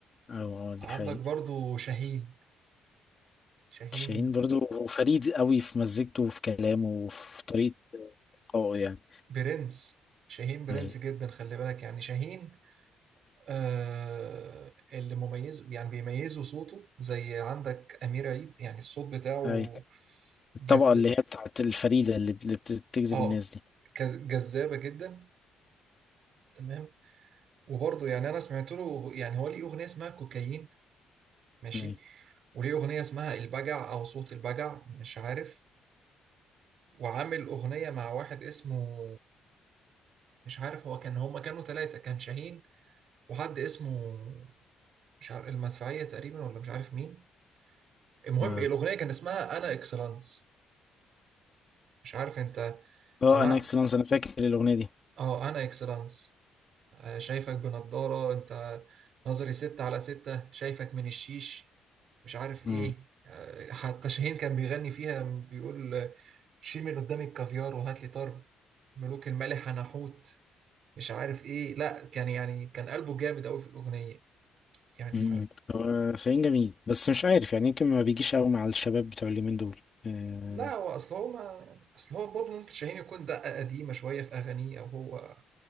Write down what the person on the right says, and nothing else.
عندك
برضو شاهين شاهين
برنس شاهين برنس
جدا خلي بالك يعني شاهين آه اللي مميز يعني بيميزه صوته زي عندك أمير عيد يعني الصوت بتاعه
جز
اه
كز- جذابة جدا تمام وبرضه يعني أنا سمعت له يعني هو ليه أغنية اسمها كوكايين ماشي
وليه أغنية اسمها البجع أو صوت البجع مش عارف وعامل أغنية مع واحد اسمه مش عارف هو كان هما كانوا ثلاثة كان شاهين وحد اسمه مش عارف المدفعية تقريبا ولا مش عارف مين المهم
الأغنية كان اسمها أنا إكسلانس مش عارف أنت سمعت
أه أنا إكسلانس آه، شايفك بنضارة أنت نظري ستة على ستة شايفك من الشيش مش عارف
إيه آه، حتى شاهين كان بيغني فيها بيقول آه، شيل من قدامي الكافيار وهات لي طرب ملوك المالح أنا حوت مش عارف إيه لا كان يعني كان قلبه جامد أوي في الأغنية يعني
لا هو اصل هو ما اصل هو برضه ممكن شاهين يكون دقة قديمة شوية في اغانيه او هو